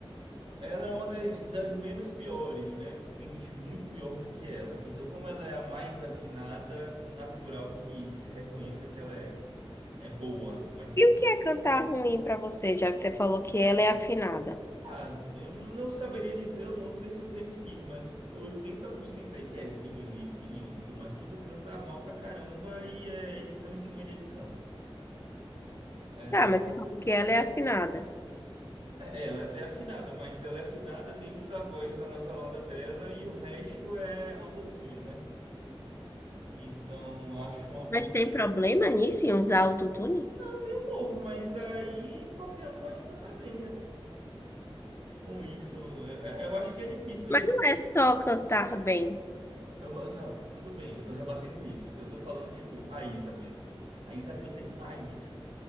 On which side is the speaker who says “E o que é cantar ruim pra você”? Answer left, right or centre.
Left